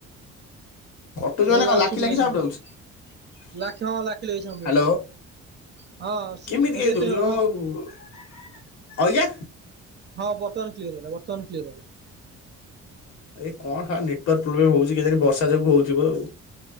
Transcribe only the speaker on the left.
କଟୁଛି
ମାନେ କଣ
ଲାଖି
ଲାଖି ସାଉଣ୍ଟ
ଆଉଛି
ହାଲୋ।
ଇମିତି
କେଁତି
ହଉଛି
ଅ ଆଜ୍ଞା।
ଏଇ କଣ ଶଳା ନେଟୱାର୍କ ପ୍ରୋ୍ଲେମ ହଉଛି କେଜାଣି ବର୍ଷା ଯୋଗୁ ହଉଥିବ ଆଉ।